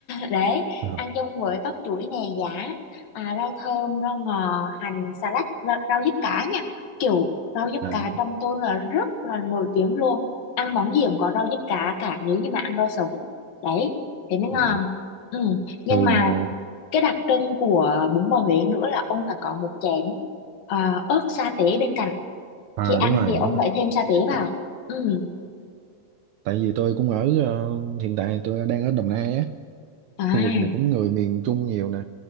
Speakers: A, on the left; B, on the right.
A: Đấy,
B: Ờ,
A: ăn chung với bắp chuối nè, giả à, rau thơm, rau ngò, hành, xà lách, rau, rau diếp cá nha. Kiểu rau diếp
B: là,
A: cá trong tôi là rất là nổi tiếng luôn. Ăn món gì cũng có rau diếp cá cả nếu như mà ăn rau sống. Đấy, thế mới ngon.
B: là
A: Ừ. Nhưng
B: thường
A: mà cái đặc trưng của bún bò Huế nữa là ông phải có một chén ờ, ớt sa tế bên cạnh.
B: à
A: Khi ăn
B: đúng rồi
A: thì ông
B: đúng rồi
A: phải thêm sa tế
B: Sẽ-
A: vào. Ừ.
B: tại vì tôi cũng ở ờ, hiện tại tôi đang ở Đồng Nai á
A: À.
B: khu vực này cũng người miền Trung nhiều nè